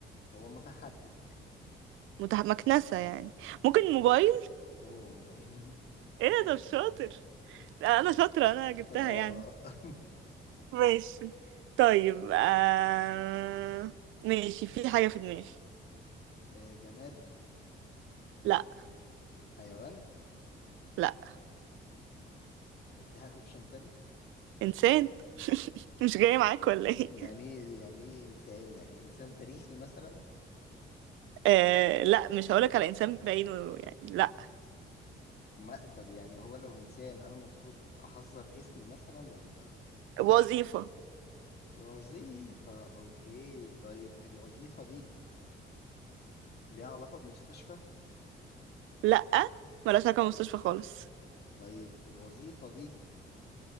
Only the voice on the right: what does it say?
متح... مكنسة يعني ممكن موبايل
ايه ده طب شاطر لا انا شاطرة انا جبتها
يعني
ماشي طيب آه... ماشي في حاجة في دماغي
لا
لا
انسان <laughs> مش جاي معاك ولا ايه
آه... لا مش هقولك على انسان بعينه يعني لا
وظيفة
لا ملهاش علاقة بالمستشفى خالص